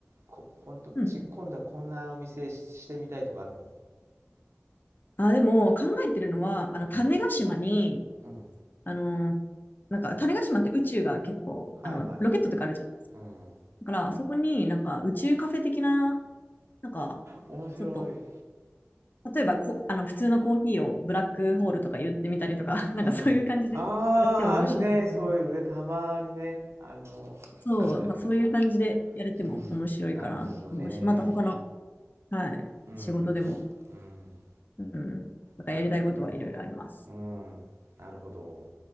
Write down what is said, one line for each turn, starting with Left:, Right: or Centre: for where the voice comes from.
Right: こ、ほんと、
Left: うん。
Right: ち、今度はこんなお店し、してみたいとかあるの
Left: あ、でも、考えてるのは、あの、
Right: うん。
Left: 種子島に、
Right: うん。
Left: あの、なんか種子島って宇宙が結構、
Right: はいはいはい。
Left: あの、ロケットとかあるじゃん。
Right: うん。
Left: だから、あそこになんか宇宙カフェ的な、なんか、
Right: 面白い。
Left: ちょっと例えばこ、あの、普通のコーヒーをブラックホールとか言ってみたりとか、<laughs> なんかそういう感じでやっても面白いのかな。
Right: うん。ああ、あるね。そういうのね。たまにね。あの、
Left: そう、
Right: あるあるある。
Left: まあそういう感じでやれても面白いかなと思うし、
Right: うん。なるほどね。
Left: また他の、はい、
Right: うん。
Left: 仕事でも、
Right: うん。
Left: うん、なんかやりたいことはいろいろあります。
Right: なるほどね。うん。なるほど。